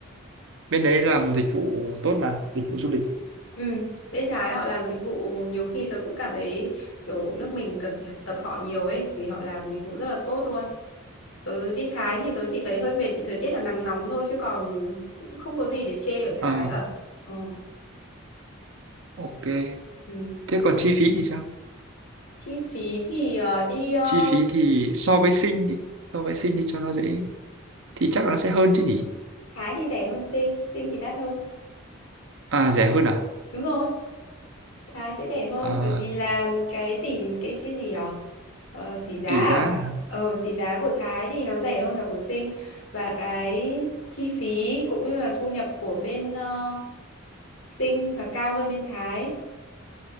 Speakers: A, on the right; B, on the left.
A: bên đấy làm dịch vụ tốt mà dịch vụ du lịch
B: ừ. bên Thái họ làm dịch vụ nhiều khi tôi cũng cảm thấy kiểu nước mình cần phải học tập họ nhiều ấy vì họ làm dịch vụ rất là tốt luôn tớ đi Thái thì tớ chỉ thấy hơi mệt vì thời tiết là nắng nóng thôi chứ còn cũng không có gì để chê ở Thái
A: Ờ,
B: cả ờ.
A: ok.
B: ừ.
A: Thế còn chi phí thì sao?
B: chi phí thì ờ, đi ờ,
A: Chi phí thì so
B: ừ.
A: với sinh đi, so với sinh đi cho nó dễ thì chắc là nó sẽ hơn chứ nhỉ
B: Thái thì rẻ hơn Sing Sing thì đắt hơn
A: à rẻ hơn à
B: đúng rồi Thái sẽ rẻ hơn
A: Ờ,
B: bởi vì là cái tỷ cái cái gì nhở ờ, tỷ giá
A: tùy
B: à
A: giá à?
B: ờ tỷ giá của Thái thì nó rẻ hơn là của Sinh và cái chi phí cũng như là thu nhập của bên ờ, Sinh là cao hơn bên Thái